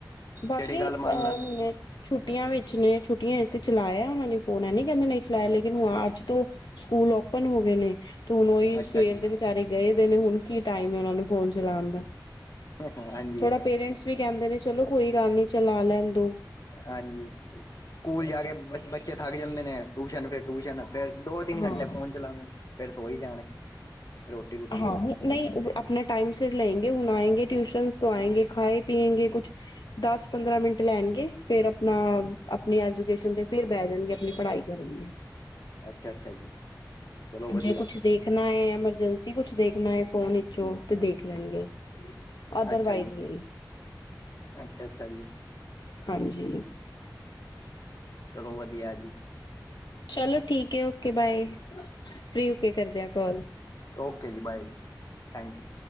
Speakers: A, on the left; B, on the left.
A: ਬਾਕੀ
B: ਜਿਹੜੀ ਗੱਲ ਮੰਨ
A: ਅਹ
B: ਲੈਣ
A: ਛੁੱਟੀਆਂ ਵਿੱਚ ਨੇ ਛੁੱਟੀਆਂ ਵਿੱਚ ਤੇ ਚਲਾਇਆ ਉਹਨਾਂ ਨੇ ਫੋਨ ਨ ਕਹਿੰਦੇ ਨਹੀਂ ਚਲਾਇਆ ਲੇਕਿਨ ਹੁ ਅੱਜ ਤੋਂ ਸਕੂਲ ਓਪਨ ਹੋ ਗਏ ਨੇ ਤੇ ਹੁਣ ਉਹੀ
B: ਅੱਛਾ
A: ਸਵੇਰ
B: ਜੀ
A: ਦੇ ਵਿਚਾਰੇ ਗਏ ਦੇ ਨੇ ਹੁਣ ਕੀ ਟਾਈਮ ਹੈ ਉਹਨਾਂ ਨੂੰ ਫ਼ੋਨ ਚਲਾਉਣ ਦਾ
B: ਹਾਂਜੀ
A: ਥੋੜਾ ਪੇਰੈਂਟਸ ਵੀ ਕਹਿੰਦੇ ਨੇ ਚਲੋ ਕੋਈ ਗੱਲ ਨੀ ਚਲਾ ਲੈਣ ਦੋ
B: ਹਾਂਜੀ ਸਕੂਲ ਜਾ ਕੇ ਬੱਚੇ ਥੱਕ ਜਾਂਦੇ ਨੇ ਟਿਊਸ਼ਨ ਫਿਰ ਟਊਸ਼ਨ ਫੇਰ ਦੋ ਤਿੰਨ
A: ਹਾਂ
B: ਘੰਟੇ ਫੋਨ ਚਲਾਉਣੇ ਫੇ ਸੋਈ ਜਾਣੇ ਰੋਟੀ ਰੂਟੀ
A: ਹਾਂ
B: ਖਾ ਕੇ
A: ਨਹੀਂ ਆਪਣਾ ਟਾਈਮ ਸਿਰ ਲੈਂਂਗੇੇ ਹੁਨ ਆਇਨਗੇੇ ਟੀਊਸ਼ਨਸ ਤੋਂ ਆਂਗੇੇ ਖਾਏ ਪੀਂਗੇ ਕੁਛ ਦਸ ਪੰਦਰਾਂ ਮਿੰਟ ਲੈਣਗੇ ਫਿਰ ਆਪਣਾ ਆਪਣੀ ਐਜੂਕੇਸ਼ਨ ਤੇ ਫਿਰ ਬਹਿ ਜਾਣਗੇ ਆਪਣੀ ਪੜ੍ਹਾਈ ਕਰਨ ਲਈ
B: ਅੱਛਾ ਅੱਛਾ ਜੀ ਚਲੋ ਵਧੀਆ
A: ਜੇ ਕੁਛ
B: ਜੀ
A: ਦੇਖਣਾ ਹੈ ਐਮਰਜੈਂਸੀ ਕੁਛ ਦੇਖਣਾ ਹੈ, ਫੋਨ ਵਿਚੋਂ ਤੇ ਦੇਖ ਲੈਣਗੇ ਅਦਰਵਾਈਜ਼
B: ਅੱਛਾ ਜੀ
A: ਲਈ
B: ਅੱਛਾ ਅੱਛਾ ਜੀ
A: ਹਾਂਜੀ
B: ਚਲੋ ਵਧੀਆ ਜੀ,
A: ਚਲੋ ਠੀਕ ਹੈ ਓਕੇ ਬਾਏ ਫ੍ਰਰੀ ਓਕੇ ਕਰਦਿਆਂ ਕਾਲ
B: ਓਕੇ ਜੀ ਬਾਏ ਜੀ ਥੈਂਕ ਯੂ